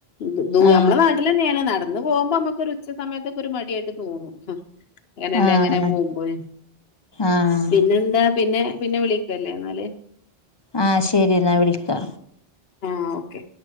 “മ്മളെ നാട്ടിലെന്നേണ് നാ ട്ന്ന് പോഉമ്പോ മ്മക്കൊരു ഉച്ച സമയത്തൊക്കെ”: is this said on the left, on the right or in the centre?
Left